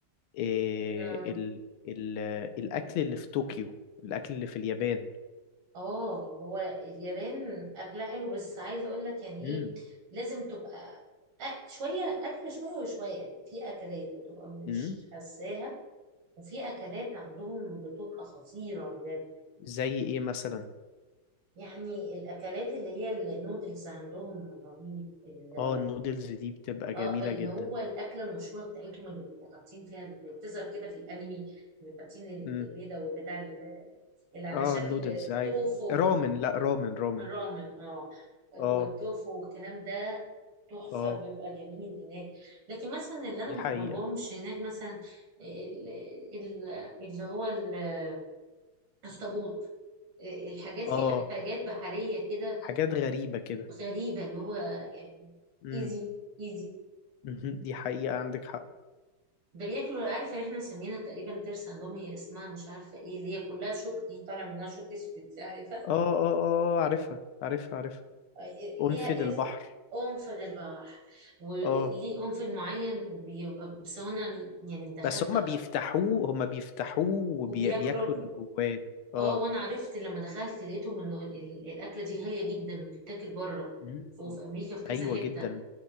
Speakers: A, on the left; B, on the right.
A: إيه
B: آه.
A: ال ال آه، الاكل اللي في طوكيو الاكل اللي في اليابان
B: اه هو اليابان اكلها حلو بس عايزه اقول لك يعني ايه
A: امم
B: لازم تبقى أ- شويه اكل شويه وشويه يعني في اكلات بتبقى مش
A: امم
B: حساها وفي اكلات عندهم بتبقى خطيره بجد
A: زي ايه مثلا
B: يعني الاكلات اللي هي النودلز عندهم رهيب ال-
A: اه النودلز دي بتبقى
B: اه
A: جميلة
B: اللي
A: جدا
B: هو الاكله المشهوره بتاعتهم اللي بيبقوا حاطين فيها اللي بتظهر كده في الانمي اللي حاطين ال-
A: امم
B: البيضه والبتاع ال- اللي على
A: اه
B: شكل
A: النودلز ايوه
B: توفو
A: رامن لا رامن رامن
B: الرامن اه والتوفو
A: اه
B: والكلام ده تحفة
A: اه
B: بيبقى جميل هناك لكن مثلا اللي انا
A: دي
B: ما
A: حقيقة
B: بحبهمش هناك مثلا ال- ال- اللي هو ال- الطابوت الحاجات
A: اه
B: في ح- حاجات بحرية كده
A: حاجات غريبة كده
B: غريبة اللي هو يعني
A: امم
B: ايزي ايزي
A: مهم. دي حقيقة عندك حق
B: ده بياكلوا عارف اللي احنا مسمينها تقريبا ترس عندهم هي اسمها مش عارفة ايه اللي هي كلها شوك دي طالع منها شوك اسود عارفة
A: اه اه اه آه، عارفها عارفها عارفها
B: ليها
A: قنفذ
B: إذ
A: البحر
B: أنف للبحر وليه
A: اه
B: أنف معين وبيبقى بس هو أنا يعني دخلت
A: بس هما بيفتحوه هما بيفتحوه وبياكلوا
B: وبياكلوا الك-
A: اللي جواه اه
B: اه وانا عرفت لما دخلت لقيتهم ان ال- الاكله دي غاليه جدا بتتاكل بره
A: مم.
B: وفي امريكا في كذا
A: ايوه
B: حته
A: جدا